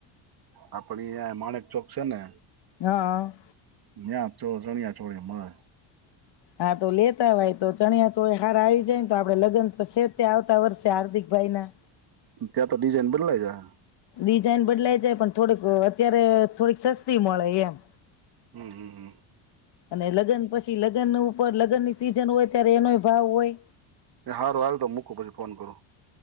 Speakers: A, on the right; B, on the left.
A: આપણી આ માણેકચોક છે ને
B: હ હ.
A: નાયા ચો ચણિયાચોળી મળે.
B: હા તો લેતા અવાય તો ચણિયાચોળી હાર આય જ તો આપણે લગન તો શે જ. આવતા વર્ષે હાર્દિકભાઈના.
A: ત્યાર તો ડિઝાઇન બદલાય જાહે.
B: ડિઝાઇન બદલાઈ જાય પણ થોડીક અત્યારે થોડીક સસ્તી મળે એમ.
A: હમ્મ હમ્મ હમ્મ.
B: અને લગન પછી લગન ઉપર લગનની સીઝન હોય ત્યારે એનોય ભાવ હોય.
A: હારું હાલ તો મૂકું પછી ફોન કરો.